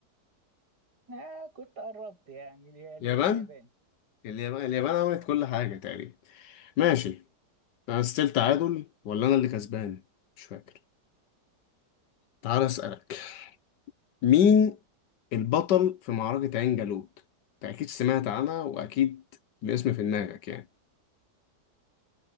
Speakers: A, on the right (about 65°); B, on the left (about 75°).
A: آه كنت قربت يعني اللي
B: يابان
A: هي اليابان
B: اليابان اليابان عملت كل حاجة تقريبا ماشي انا ستيل تعادل ولا انا اللي كسبان مش فاكر تعال اسألك مين البطل في معركة عين جالوت انت اكيد سمعت عنها واكيد الاسم في دماغك يعني